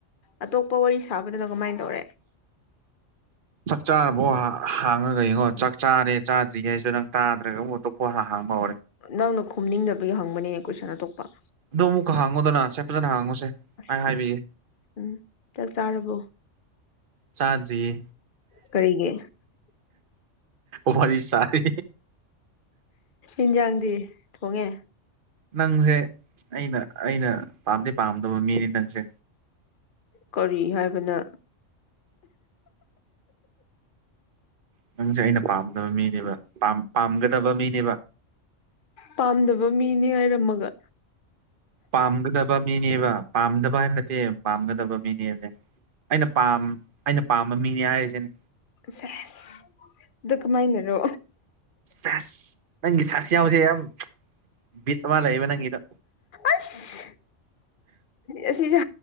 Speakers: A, on the left (about 50°); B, on the right (about 50°).
A: ꯑꯇꯣꯞꯄ ꯋꯥꯔꯤ ꯁꯥꯕꯗꯨꯅ ꯀꯃꯥꯏꯅ ꯇꯧꯔꯦ
B: ꯆꯥꯛ ꯆꯥꯔꯕꯣ ꯍꯥꯡꯉꯒ ꯌꯦꯡꯉꯣ ꯆꯥꯛ ꯆꯥꯔꯦ ꯆꯥꯗ꯭ꯔꯤꯒꯩ ꯍꯥꯏꯁꯨ ꯅꯪ ꯇꯥꯗ꯭ꯔꯒ ꯑꯃꯨ <unintelligible>
A: ꯅꯪꯅ ꯈꯣꯝꯅꯤꯡꯗꯕꯒꯤ ꯍꯪꯕꯅꯦꯅꯦ ꯀꯣꯏꯁꯟ ꯑꯇꯣꯞꯄ
B: ꯑꯣ ꯑꯃꯨꯛꯀ ꯍꯥꯡꯉꯣꯗꯅ ꯁꯦ ꯐꯖꯅ ꯍꯥꯡꯉꯨꯁꯦ
A: ꯑꯁ
B: ꯑꯩ ꯍꯥꯏꯕꯤꯌꯦ
A: ꯎꯝ ꯆꯥꯛ ꯆꯥꯔꯕꯣ
B: ꯆꯥꯗ꯭ꯔꯤꯌꯦ
A: ꯀꯔꯤꯒꯤ
B: ꯋꯥꯔꯤ ꯁꯔꯤ
A: ꯏꯟꯖꯥꯡꯗꯤ ꯊꯣꯡꯉꯦ
B: ꯅꯪꯁꯦ ꯑꯩꯅ ꯑꯩꯅ ꯄꯥꯝꯗꯤ ꯄꯥꯝꯗꯕ ꯃꯤꯅꯤ ꯅꯪꯁꯦ
A: ꯀꯔꯤ ꯍꯥꯏꯕꯅ
B: ꯅꯪꯁꯦ ꯑꯩꯅ ꯄꯥꯝꯗꯕ ꯃꯤꯅꯦꯕ ꯄꯝ ꯄꯥꯝꯒꯗꯕ ꯃꯤꯅꯦꯕ
A: ꯄꯥꯝꯗꯕ ꯃꯤꯅꯤ ꯍꯥꯏꯔꯝꯃꯒ
B: ꯄꯥꯝꯒꯗꯕ ꯃꯤꯅꯦꯕ ꯄꯥꯝꯗꯕ ꯍꯥꯏꯕ ꯅꯠꯇꯦ ꯄꯥꯝꯒꯗꯕ ꯃꯤꯅꯤ ꯅꯦ ꯑꯩꯅ ꯄꯥꯝ ꯑꯩꯅ ꯄꯥꯝꯕ ꯃꯤꯅꯦ ꯍꯥꯏꯔꯤꯁꯤꯅꯦ
A: ꯁꯦꯁ ꯑꯗꯨ ꯀꯃꯥꯥꯏꯅꯔꯣ
B: ꯁ‌ꯦꯁ ꯅꯪꯒꯤ ꯆꯁ ꯌꯥꯎꯁꯦ ꯌꯥꯝ ꯕꯤꯠ ꯑꯃ ꯂꯩꯌꯦꯕ ꯅꯪꯒꯤꯗꯣ
A: ꯑꯁ ꯑꯁꯤ ꯍꯁꯤ